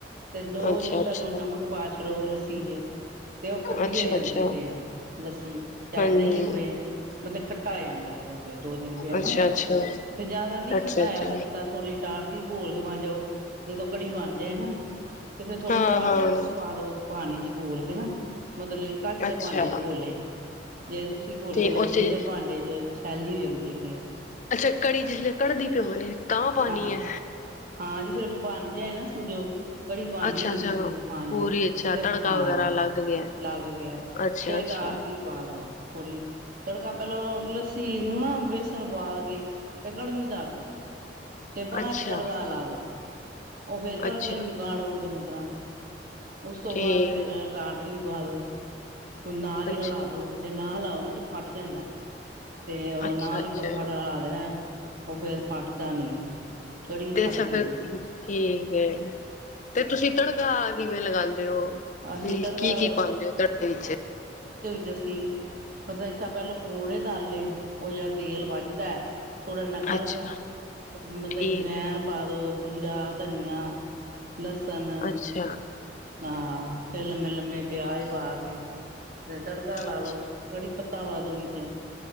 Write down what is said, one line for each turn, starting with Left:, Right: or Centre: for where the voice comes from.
Right: ਦੋ
Left: ਅੱਛਾ
Right: ਦਿਨ ਪਹਿਲਾਂ
Left: ਅੱਛਾ
Right: ਨਮਕ ਪਾ ਛਡੋ। ਚੀਜ਼ ਹੈ। ਤੇ ਉਹ ਖੱਟੀ
Left: ਅੱਛਾ
Right: ਹੋ ਜਾਂਦੀ
Left: ਅੱਛਾ
Right: ਹੈ ਫੇਰ ਲੱਸੀ ਚਾਹੇ
Left: ਹਾਂਜੀ
Right: ਹੋਵੇ ਬੰਦਾ ਖੱਟਾ ਹੋ ਜਾਂਦਾ ਹੈ। ਦੋ ਦਿਨ ਪਿਆ
Left: ਅੱਛਾ
Right: ਨਾ
Left: ਅੱਛਾ
Right: ਫੇਰ ਜਿਆਦਾ ਨਹੀਂ
Left: ਅੱਛਾ
Right: ਖਟਾ ਹੋਇਆ
Left: ਅੱਛਾ
Right: ਤੇ ਬੰਦਾ ਥੋੜੀ ਟਾਟਰੀ ਘੋਲ ਕੇ ਬਣ ਜਾ ਜਦੋਂ ਕੜ੍ਹੀ ਬਣ ਜਾਏ ਨਾ ਤੇ ਫਿਰ ਥੋੜ੍ਹੀ
Left: ਹਾਂ
Right: ਟਾਹਟਰੀ
Left: ਹਾਂ
Right: ਪਾ ਦਿਉ। ਪਾਣੀ ਚ ਘੋਲ ਕੇ ਨਾ ਮਤਲਬ ਕਿ ਕੱਚ ਦੇ
Left: ਅੱਛਾ
Right: ਭਾਂਡੇ <unintelligible> ਬੋਲੇ ਜੇ ਤੁਸੀਂ ਘੋਲੋ
Left: ਤੇ
Right: ਗੇ ਸਟੀਲ
Left: ਉੱਥੇ
Right: ਦੇ ਭਾਂਡੇ ਚ ਸੈਲੀ ਹੋ ਜਾਂਦੀ ਐ ਫੇਰ
Left: ਅੱਛਾ ਕੜੀ ਜਿਸ ਲੇ ਕੜਦੀ ਪਿਓ ਏ ਤਾਂ ਪਾਨੀ
Right: ਹਾਂ
Left: ਐ
Right: ਹਾਂ ਜੇ ਫੇਰ ਬਣ ਜਾਏ ਨਾ ਸਮਝੋ ਕੜੀ ਬਣ
Left: ਅੱਛਾ
Right: ਗਈ ਜੀ
Left: ਅੱਛਾ
Right: ਬਿਲਕੁੱਲ ਹਾਂਜੀ
Left: ਪੂਰੀ ਅੱਛਾ
Right: ਤੇ
Left: ਤੜਕਾ
Right: ਹਾਂ
Left: ਵਗੈਰਾ ਲੱਗ ਗਿਆ
Right: ਲੱਗ ਗਿਆ
Left: ਅੱਛਾ
Right: ਫੇਰ
Left: ਅੱਛਾ
Right: ਟਾਟਰੀ ਪਾ ਦੋ। ਥੋੜ੍ਹੀ ਤੜਕਾ ਪਹਿਲੌ ਲੱਸੀ ਨੂੰ ਨਾ ਬੇਸਣ ਪਾ ਕੇ ਤੇ ਕੜਮੀ ਧਰ ਦੋ। ਤੇ ਬਾਅਦ
Left: ਅੱਛਾ
Right: ਚ ਤੜਕਾ ਲਾ ਦੋ ਉਹ ਫੇਰ ਤੜਕੇ
Left: ਅੱਛਾ
Right: ਨੂੰ ਵੀ ਕਾਡੋ <unintelligible> ਤਰ੍ਹਾਂ ਉਸ ਤੋਂ
Left: ਠੀਕ
Right: ਬਾਅਦ ਫੇਰ ਟਾਟਰੀ ਪਾਦੋ ਹੁਣ ਨਾਲ
Left: ਅੱਛਾ
Right: ਹੀ ਹਿਲਾ ਦੋ ਜੇ ਨਾ ਹਿਲਾਓ ਦੁੱਧ ਫਟ ਜਾਂਦਾ। ਤੇ ਉਹ
Left: ਅੱਛਾ
Right: ਨਾਲ
Left: ਅੱਛਾ
Right: ਹੀ ਫਟੋਫਟ ਹਲਾ ਦੇਣਾ। ਉਹ ਫੇਰ ਫਟਦਾ ਨੀ। ਕੜੀ
Left: ਤੇ
Right: ਫਟਦੀ
Left: ਅੱਛਾ ਫੇਰ
Right: ਨੀ
Left: ਠੀਕ ਐ, ਤੇ ਤੁਸੀਂ ਤੜਕਾ ਕਿਵੇਂ ਲਗਾਉਂਦੇ ਓ
Right: ਅਸੀਂ
Left: ਵੀ
Right: ਤੜਕਾ
Left: ਕੀ-ਕੀ ਪਾਉਂਦੇ ਓ ਤੜਕੇ ਵਿੱਚ?
Right: ਜਸ <unintelligible> ਮਤਲਬ ਇਸਾ ਪਹਿਲਾਂ ਪਕੌੜੇ ਤਲ ਲਏ ਉਹ ਜਿਹੜਾ ਤੇਲ ਵੱਚਦਾ ਥੋੜੇ ਨਿਕਾਲ
Left: ਅੱਛਾ
Right: ਲੋ, ਮਤਲਬ
Left: ਠੀਕ
Right: ਜਵੈਨ
Left: ਹੈ
Right: ਪਾ ਦੋ ਜੀਰਾ, ਧਨੀਆ ਲਸਨ,
Left: ਅੱਛਾ
Right: ਹਾਂ ਫਿਰ ਲੰਮੇ ਲੰਮੇ ਪਿਆਜ ਪਾ ਕੇ ਤੇ ਤੜਕਾ
Left: ਠੀਕ
Right: ਲਾ ਲੋ ਕੜੀ ਪੱਤਾ ਪਾ ਦੋ ਵਿਚ,